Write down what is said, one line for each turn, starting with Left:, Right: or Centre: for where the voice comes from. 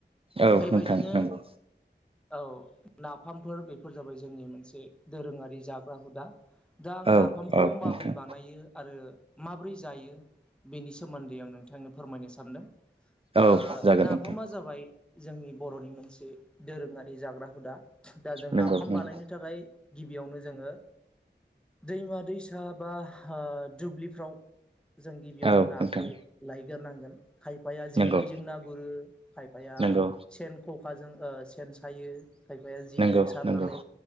Right: औ
Centre: बेबायदिनो
Right: नोंथां नंगौ
Centre: औ नाफामफोर बेफोर जाबाय जोंनि मोनसे दोरोङारि जाग्रा हुदा दा आं
Right: औ
Centre: नाफामखौ
Right: औ
Centre: माबोरै
Right: नोंथां
Centre: बानायो आरो माबोरै जायो बेनि सोमोनदै आं नोंथांनो फोरमायनो सानदों
Right: औ
Centre: ओ
Right: जागोन
Centre: नाफामा
Right: नोंथां
Centre: जाबाय जोंनि बर'नि मोनसे दोरोङारि जाग्रा हुदा दा जों
Right: नंगौ
Centre: नाफाम
Right: नंगौ
Centre: बानायनो थाखाय गिबियावनो जोङो दैमा दैसा बा आ दुब्लिफ्राव जों गिबियावनो
Right: औ
Centre: नाखौ
Right: नोंथां
Centre: लायग्रोनांगोन खायफाया जेखायजों
Right: नंगौ
Centre: ना गुरो खायफाया
Right: नंगौ
Centre: सेन ख'खाजों ओ सेन सायो खायफाया जेजों
Right: नंगौ
Centre: सारनानै
Right: नंगौ